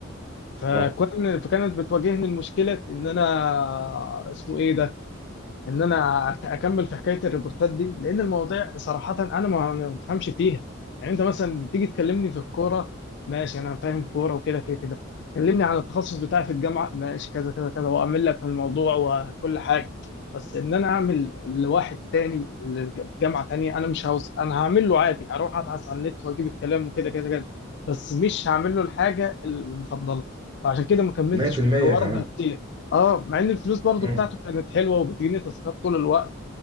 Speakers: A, on the left (about 60°); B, on the right (about 20°).
A: فكان
B: صح
A: فكانت بتواجهني المشكله ان انا اسمه ايه ده ان انا اكمل في حكايه الريبورتات دي لان المواضيع صراحه انا ما ما بفهمش فيها يعني انت مثلا تيجي تكلمني في الكوره ماشي انا فاهم كوره وكده كده كده كلمني عن التخصص بتاعي في الجامعه ماشي كذا كذا كذا واعمل لك الموضوع وكل حاجه بس ان انا اعمل لواحد تاني لج- في جامعه تانيه انا مش هوص... انا هعمل له عادي هروح ابحث على النت واجيب الكلام وكده كده كده بس مش هعمل له الحاجه المفضله فعشان كده ما كملتش
B: 100%
A: في الحوار
B: كمان
A: ده كتير اه مع ان الفلوس برضو
B: امم
A: بتاعته كانت حلوه وبتجيني تاسكات طول الوقت